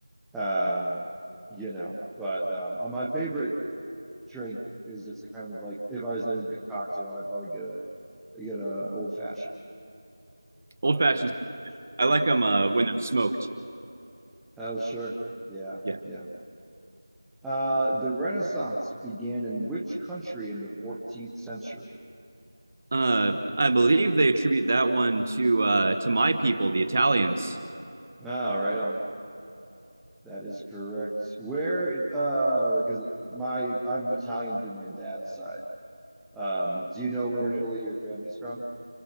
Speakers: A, in the centre; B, on the right (about 30°).
A: uh, you know, but um, uh, my favorite drink is just a kind of like if I was doing like a cocktail, I'd probably get a get a old fashioned.
B: Old
A: Probably
B: fashions.
A: get an old fashioned.
B: I like them
A: Yeah.
B: uh, when they're smoked.
A: Oh, sure. Yeah.
B: Yeah.
A: Yeah. Uh, the Renaissance began in which country in the 14th century?
B: Uh, I believe they attribute that one to uh, to my people, the Italians.
A: Ah, right on. That is correct. Where, uh, because my I'm Italian through my dad's side. Um, do you know where in Italy your family's from?